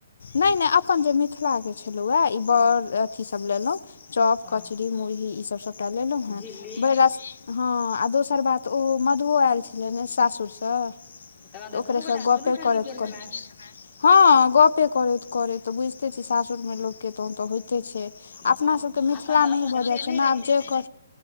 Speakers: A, on the left; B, on the left.
A: नहि नहि अपन जे मिथिलाके छलहुँ हए ई बड़ अथीसभ लेलहुँ। चॉप
B: हँ
A: कचरी मुरही ईसभ सभटा लेलहुँ हेँ
B: झिल्ली
A: भरि हँ आ दोसर बात ओ मधुओ आयल छलनि सासुरसँ।
B: तखन
A: तऽ ओकरेसँ
B: दुनू गोटा
A: गप्पे
B: दुनू संगी
A: करैत
B: गेल
A: क
B: हेमे
A: हँ गपे करैत करैत तऽ बुझिते छी सासुर मे लोकके तहन तऽ होइते छैय। अपनासभके
B: हँ
A: मिथिलामे
B: एखन तऽ एतऽ
A: ही भऽ
B: तऽ
A: जाइत
B: से
A: छैय
B: नहि
A: ने
B: रहै
A: आब जेक
B: छै